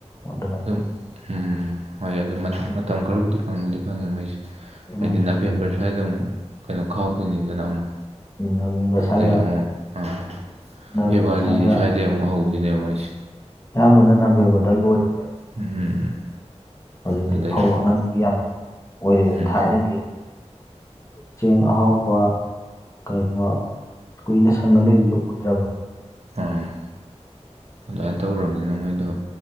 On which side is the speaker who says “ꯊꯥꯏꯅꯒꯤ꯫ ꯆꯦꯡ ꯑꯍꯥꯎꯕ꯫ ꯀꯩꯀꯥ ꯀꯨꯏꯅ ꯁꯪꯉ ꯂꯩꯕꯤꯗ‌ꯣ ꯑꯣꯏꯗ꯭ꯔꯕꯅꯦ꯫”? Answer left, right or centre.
Left